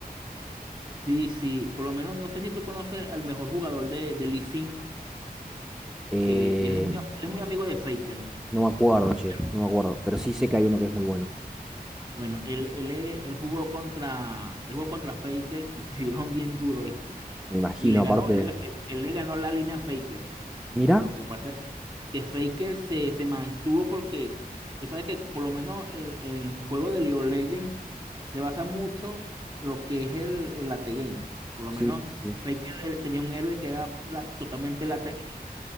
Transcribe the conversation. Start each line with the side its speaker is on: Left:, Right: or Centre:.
Right: Sí, sí, por lo menos no sé si tú conoces al mejor jugador de, de Lee Sin,
Centre: Eh,
Right: que él es muy, él es muy amigo de Faker.
Centre: no me acuerdo, che,
Right: Pero
Centre: no me acuerdo. Pero sí sé que hay uno que es muy bueno.
Right: bueno, él, él, es- él jugó contra, él jugó contra Faker y <laughs> se dieron bien duro, ¿viste?
Centre: Me imagino,
Right: Y le
Centre: aparte.
Right: ganó, le él, él le ganó la línea a Faker.
Centre: Mirá.
Right: Lo que pasa es que que Faker se, se mantuvo porque tú sabes que por lo menos el- en el juego de League of Legends se basa mucho lo que es el, el late game. Por lo
Centre: Sí,
Right: menos
Centre: sí. sí.
Right: Faker él tenía un héroe que era la- totalmente late game